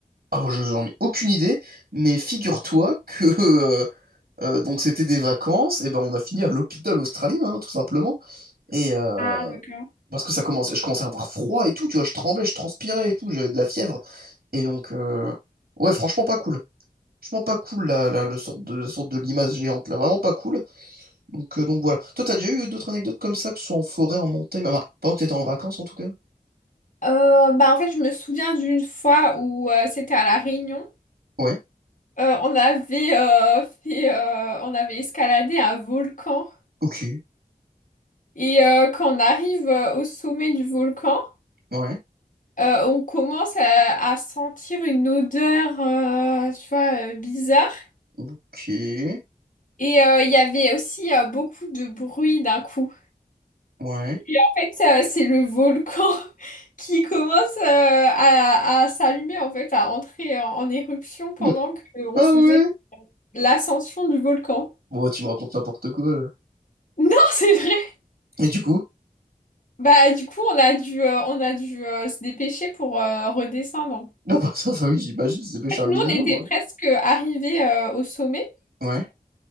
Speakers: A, on the right (about 90°); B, on the left (about 60°).
A: Ah, je j'en ai aucune idée, mais figure-toi que <laughs> euh, euh, donc c'était des vacances, et ben on a fini à l'hôpital australien, hein, tout simplement. Et euh,
B: Ah, d'accord.
A: parce que ça commence, je commençais à avoir froid et tout, tu vois, je tremblais, je transpirais et tout, j'avais de la fièvre. Et donc euh, ouais, franchement pas cool. Franchement pas cool la, la, la sorte de, la sorte de limace géante, là, vraiment pas cool. Donc, euh, donc voilà. Toi, t'as déjà eu d'autres anecdotes comme ça, que ce soit en forêt, en montagne, enfin, pendant que t'étais en vacances en tout cas?
B: Euh, bah, en fait, je me souviens d'une fois où euh, c'était à La Réunion.
A: Ouais,
B: Euh, on avait euh, fait, euh, on avait escaladé un volcan.
A: ok,
B: Et euh, quand on arrive euh, au sommet du volcan,
A: ouais,
B: euh, on commence à, à sentir une odeur, euh, tu vois, euh, bizarre.
A: ok,
B: Et euh, il y avait aussi euh, beaucoup de bruit d'un coup.
A: ouais.
B: Et en fait, euh, c'est le volcan <laughs> qui commence euh, à, à s'allumer, en fait, à entrer en, en éruption
A: <laughs>
B: pendant
A: Bah,
B: qu'on
A: Ah
B: faisait
A: ouais?
B: l'ascension du volcan.
A: Bon, bah, tu me racontes n'importe quoi là.
B: Non, <laughs> c'est vrai.
A: Et du coup? <laughs>
B: Bah, du coup, on a dû, euh, on a dû euh, se dépêcher pour euh, redescendre. En
A: Non, bah ça, enfin oui, j'imagine, c'est pêché
B: fait,
A: un
B: nous,
A: minimum,
B: on était
A: ouais.
B: presque arrivés euh, au sommet.
A: Ouais.